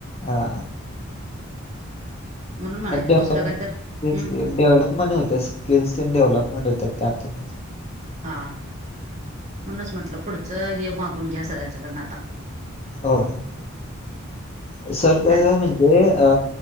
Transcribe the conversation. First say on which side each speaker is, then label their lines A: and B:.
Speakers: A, on the left; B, on the right.
A: हा.
B: म्हणून म्हणायचं
A: डेव्हलप
B: दुसरं काय तर
A: <unintelligible> तेचकी
B: हम्म
A: डेव्हलपमें होत स्किल्स डेव्हलपमेंट होतं त्यातूनच.
B: हा म्हणूनच म्हटलं पुढचं हे मागून घ्या सरांच्या कडन आता.
A: हो. सर कसं
B: ना
A: म्हणजे अ